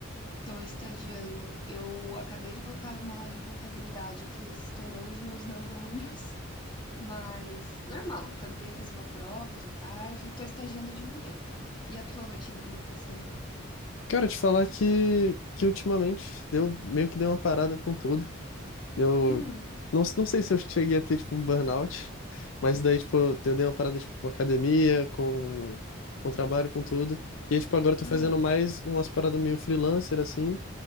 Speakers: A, on the left; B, on the left.
A: tô estagiando. Eu acabei de voltar de uma aula de contabilidade que estourou os meus neurônios. <laughs> Mas normal, também fiz uma prova de tarde e tô estagiando de manhã. E a tua rotina, como é que tá sendo?
B: Cara, te falar que, que ultimamente eu meio que dei uma parada com tudo. Eu
A: Hum,
B: não, não sei se eu cheguei a ter, tipo, um burnout, mas daí, tipo, eu, eu dei uma parada, tipo, com academia, com, com trabalho, com tudo. E aí, tipo, agora eu tô
A: aham.
B: fazendo mais umas paradas meio freelancer, assim,